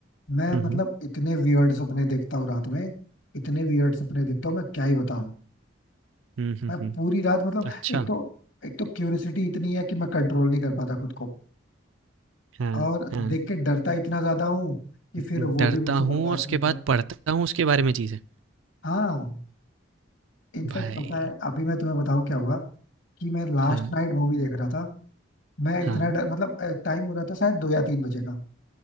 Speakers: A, on the left (about 75°); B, on the right (about 85°).
A: मैं
B: हम्म
A: मतलब
B: हम्म
A: इतने वियर्ड सपने देखता हूँ रात में इतने वियर्ड सपने देखता हूँ मैं क्या ही बताऊँ
B: हम्म, हम्म,
A: मैं
B: हम्म,
A: पूरी रात मतलब
B: अच्छा
A: एक तो एक तो क्यूरियोसिटी इतनी है कि मैं कंट्रोल नहीं कर पाता खुद को
B: हाँ
A: और
B: हाँ
A: देख के डरता इतना ज्यादा हूँ कि फिर
B: डरता
A: वो भी मुझसे बर्दाश्त
B: हूँ और उसके
A: नहीं होता
B: बाद पढ़ता हूँ उसके बारे में चीज़ें
A: हाँ इनफैक्ट
B: भाई
A: पता है अभी मैं तुम्हें बताऊँ क्या हुआ कि मैं लास्ट
B: हाँ
A: नाइट मूवी देख रहा था मैं इतना
B: हाँ
A: डर मतलब टाइम हो रहा था शायद दो या तीन बजे का